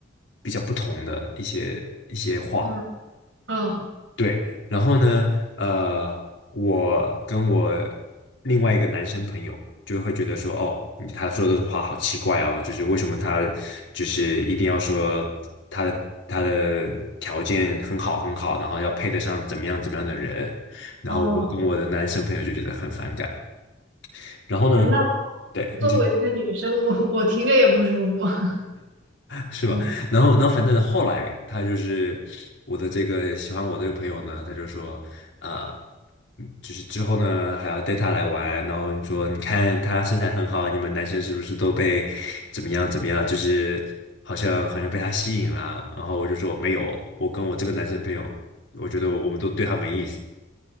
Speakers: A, on the left; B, on the right.
A: 比较不同的一些一些话。
B: 嗯嗯
A: 对，然后呢，呃，我跟我另外一个男生朋友就会觉得说，哦，你他说的话好奇怪哦，就是为什么他就是一定要说他的他的条件很好很好，然后要配得上怎么样怎么样的人，然后我跟我的男生朋友就觉得很反感。
B: 哦哦
A: 然后呢，
B: 嗯那
A: 对，
B: 作为一个女生，
A: 你继续
B: 我我听着也不舒服。<laughs>
A: 是吧？
B: 嗯
A: <laughs> 然后，然后反正后来他就是我的这个喜欢我这个朋友呢，他就说啊、嗯就是之后呢还要带他来玩，然后你说你看他身材很好，你们男生是不是都被怎么样怎么样？就是好像好像被他吸引了。然后我就说没有，我跟我这个男生朋友，我觉得我们都对他没意思。